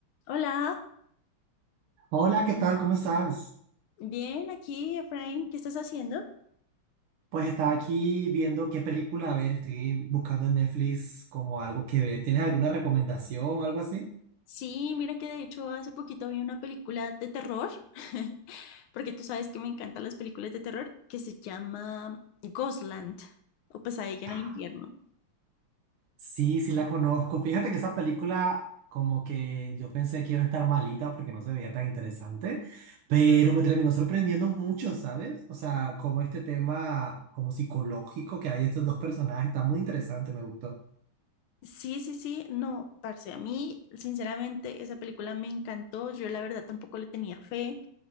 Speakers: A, on the left; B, on the right.
A: Hola,
B: Hola, ¿qué tal? ¿Cómo estás?
A: bien, aquí, Efraín, ¿qué estás haciendo?
B: Pues estaba aquí viendo qué película a ver, estoy buscando en Netflix como algo que ver. ¿Tienes alguna recomendación o algo así?
A: Sí, mira que de hecho hace poquito vi una película de terror, <laughs> porque tú sabes que me encantan las películas de terror, que se llama Ghostland o Pesadilla
B: Ah,
A: en el infierno.
B: sí, sí la conozco. Fíjate que esa película como que yo pensé que iba a estar malita porque no se veía tan interesante, pero me terminó sorprendiendo mucho, ¿sabes? O sea, como este tema como psicológico que hay estos dos personajes, está muy interesante, me gustó.
A: Sí, sí, sí, no, parce, a mí sinceramente esa película me encantó, yo la verdad tampoco le tenía fe,